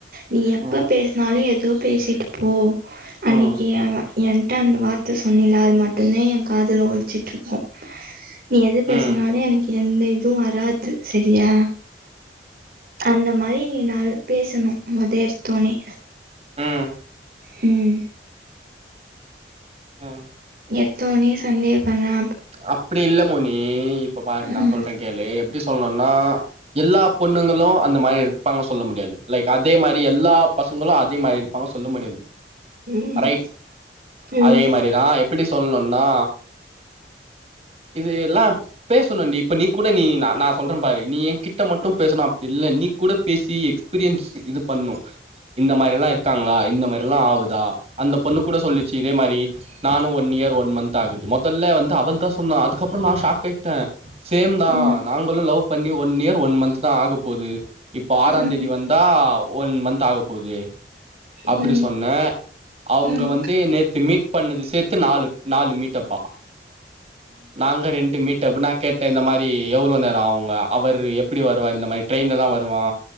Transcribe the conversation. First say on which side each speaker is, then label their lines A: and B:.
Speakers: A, on the right; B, on the right.
A: நீ எப்ப
B: ம் ம்
A: பேசுனாலு எதோ பேசிட்டு போ அன்னைக்கு
B: ம்
A: அவ என்ட்ட அந்த வார்த்த சொன்னில அது மட்டு்தா எ காதுல ஒழிச்ட்டு இருக்கு நீ எது
B: ம்
A: பேசுனாலு எனக்கு எந்த இது வராது சரியா அந்த மாரி நீ நா பேசணு மொத எட்தோனே
B: ம்
A: ம்
B: ம்
A: எட்தோனே சந்தேகபண்ணா
B: அப்டி இல்ல மோனி இப்ப பாரு நா
A: ம்
B: சொல்றே கேளு எப்டி சொல்னுன்னா எல்லா பொண்ணுங்களு அந்த மாரி இருப்பாங்கன் சொல்ல முடியாது லைக் அதே மாதிரி எல்லா பசங்களு அதே மாரி இருப்பாங்கன் சொல்ல முடியாது
A: ம்
B: ரைட்
A: ம்
B: அதே மாரி தா எப் இப்டி சொல்னுன்னா இது எல்லா அப்பயே சொன்னண்டி இப்ப நீ கூட நீ நா நா சொல்ற பாரு நீ எ கிட்ட மட்டு பேசணு அப்டி இல்ல நீ கூட பேசி எக்ஸ் பீரியன்ஸ் இது பண்ணு இந்த மாரில்லா இருக்காங்ளா இந்த மாரில்லா ஆவுதா அந்த பொண்ணு கூட சொல்லுச்சு இதே மாரி நானு ஒன் இயர் ஒன் மன்த் ஆகுது மொதல்ல வந்து அவள் தா சொன்னா அதுக்கப்றோ நா ஷாக் ஆய்ட்ட சேம் தா
A: ம்
B: நாங்களு லவ் பண்ணி ஒன் இயர் ஒன் மன்ந்த் தா ஆக போது இப்ப ஆறா
A: ம்
B: தேதி வந்தா ஒன் மன்ந்த் ஆக போது
A: ம்
B: அப்டி சொன்ன அவுங்க
A: ம்
B: வந்து நேத்து மீட் பண்ணது சேத்து நாலு நாலு மீட்டப்பா நாங்க ரெண்டு மீட அப் நா கேட்ட இந்த மாரி எவ்ளோ நேரோ ஆவுங்க அவர் எப்டி வருவாரு இந்த மாரி ட்ரெயின்ல தா வருவா